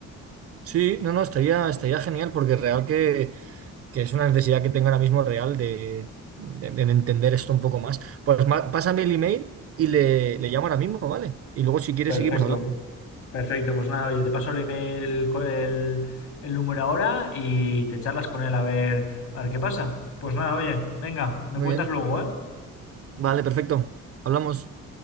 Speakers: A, on the right; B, on the left.
A: Sí, no, no, estaría, estaría genial porque real que, que es una necesidad que tengo ahora mismo real de, de- de entender esto un poco más. Pues ma- pásame el email y le, le llamo ahora mismo, ¿vale? Y luego si quieres
B: Perfecto.
A: seguimos hablando.
B: Perfecto, pues nada, oye, te paso el email, co- el, el número ahora y te charlas con él a ver, a ver qué pasa. Pues nada, oye, venga, me
A: Muy
B: cuentas
A: bien.
B: luego, ¿eh?
A: Vale, perfecto. Hablamos.